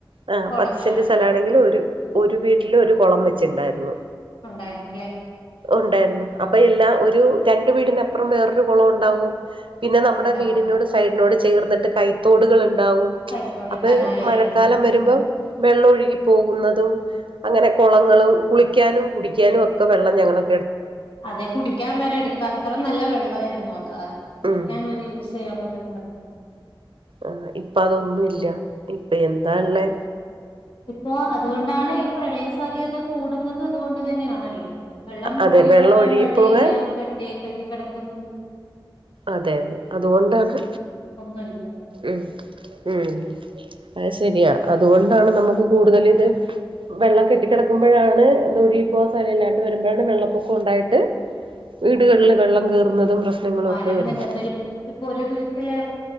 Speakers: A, on the right (about 85°); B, on the left (about 85°).
A: ആ
B: കുളങ്ങളുണ്ടോ
A: പത്ത് സെന്റ് സ്ഥല ആണെങ്കിൽ
B: ആഹ്
A: ഒരു ഒരു വീട്ടില് ഒരു കൊ ളം വെച്ചുണ്ടായിരുന്നു.
B: ഉണ്ടായിരുന്നുല്ലേ
A: ഒന്ന് ഉണ്ടായിരുന്നു.
B: ആഹ്
A: അപ്പൊ എല്ലാ ഒരു രണ്ടു വീട് അപ്പൊറം വേറൊരു കുളം ഉണ്ടാവും പിന്നെ നമ്മുടെ
B: ഉണ്ടാവും
A: വീടിനോട് സൈഡിനോട് ചേർ ചേർന്നിട്ട് കൈത്തോടുകൾ ഇ ണ്ടാവും
B: കൈത്തോട്
A: അപ്പൊ
B: കനാലുകൾ
A: മഴക്കാലം
B: ഉണ്ടാവും ഉം
A: വരുമ്പോ വെള്ളൊ പോകുന്നതും അങ്ങനെ കുളങ്ങളും കുളിക്കാനും കുടിക്കാനും ഒക്കെ വെള്ളം ഞങ്ങളെ
B: അതെ കുടിക്കാൻ വരെ എടുക്കാ അത്ര നല്ല വെള്ളായിരുന്നു അത് ആദ്യം കുടിക്കാൻ
A: ഉം
B: വരെ യൂസെയ്യാൻ പ <unintelligible>
A: ആതെ ഇപ്പ അതൊന്നു ഇല്ല ഇപ്പ എന്താ ഇള്ളേ
B: ഇല്ല ഇപ്പോ അതുകൊണ്ടാണ് ഈ പ്രളയ സാധ്യത കൂടുന്നതും അതുകൊണ്ട് അത് തന്നെയാണല്ലോ വെള്ളം
A: അതെ
B: ഒഴുകി
A: വെള്ളം
B: പോവാൻ
A: ഒഴുകിപ്പോകാൻ
B: വഴിയില്ല കെട്ടി കെ ട്ടി കിടക്കുന്നത്
A: അതെ അതെ അതുകൊണ്ടാണ്
B: ഒന്നുമില്ലല്ലോ
A: ഉം ഉം അത് ശരിയാ അതുകൊ ണ്ടാണ് നമുക്ക് കൂടുതൽ ഇത് വെള്ളം കെട്ടിക്കിടക്കുമ്പഴാണ് എന്താ ഒഴുകി പോവാ സ്ഥലം ഇല്ലാണ്ട് വരുമ്പോഴാണ് വെള്ളപ്പൊക്കം ഉണ്ടായിട്ട് വീടുകളില് വെള്ളം കേറുന്നതും പ്രശ്നങ്ങളും ഒക്കെ
B: രം
A: വരുന്നത്
B: നികത്തലും ഇപ്പൊ ഒരു വീട്ട്ല്